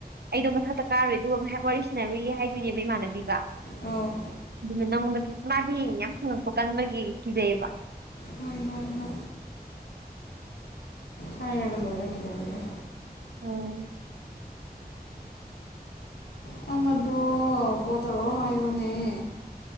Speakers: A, on the right; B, on the left.
A: ꯑꯩꯗꯣ ꯃꯊꯛꯇ ꯀꯥꯔꯨꯏ ꯑꯗꯨꯒ ꯉꯥꯏꯍꯥꯛ ꯋꯥꯔꯤ ꯁꯥꯟꯅꯔꯨꯏꯌꯦ ꯍꯥꯏꯗꯣꯏꯅꯦꯕ ꯏꯃꯥꯟꯅꯕꯤꯒ
B: ꯑꯣ
A: ꯑꯗꯨꯅ ꯅꯪꯉꯣꯟꯗ ꯃꯥꯗꯤ ꯌꯥꯝ ꯍꯪꯉꯛꯄ ꯀꯟꯕꯒꯤ ꯀꯤꯖꯩ‌ꯌ‌ꯦꯕ
B: ꯍꯣꯏ ꯍꯣꯏ ꯍꯣꯏ ꯍꯥꯏꯔꯒ ꯂꯣꯏꯔꯦ ꯀꯩꯗꯧꯔꯒ‌ꯦ
A: ꯍ‌ꯣꯏ
B: ꯅꯪ ꯑꯗ‌ꯣ ꯀꯣꯜ ꯇꯧꯔꯛꯑꯣ ꯍꯥꯏꯌ‌ꯣꯅ‌ꯦ